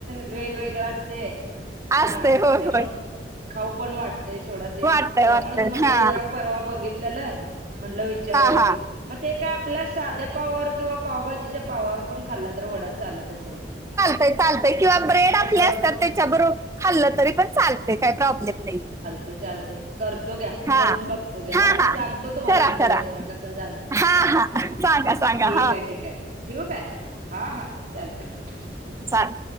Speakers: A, on the right; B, on the right.
A: वेगवेगळ असतेय हा
B: असतंय होय
A: त्यामुळे
B: होय
A: खाऊ पण वाटतय सोडा ते
B: वाटतंय
A: त्यामुळेच
B: वाटतंय
A: म्हंटलं
B: हां
A: जरा परवा बघित आपल्याला म्हटलं विचारा
B: हां
A: कि मग ते काय आपल्या साध्या पावावर किंवा पावभाजीच्या पावावर पण खाल्ला तर वडा चालत असेल की
B: चालत किंवा ब्रेड आपले
A: कशावर
B: असतात
A: पण
B: त्याच्याबरोबर खाल्लं तरी पण चालत काही प्रॉब्लेम नाही.
A: ते चालते. करतो घ्या
B: हां
A: करून बघतो घ्या
B: हां
A: ह
B: हां
A: सांगतो तुम्हाला
B: करा
A: आठवणी
B: करा
A: ना कस झालेला
B: हां
A: हा
B: हां सांगा सांगा
A: ठीक
B: हां
A: आहे ठीक आहे ठेवू काय हा हा चालत.
B: चल.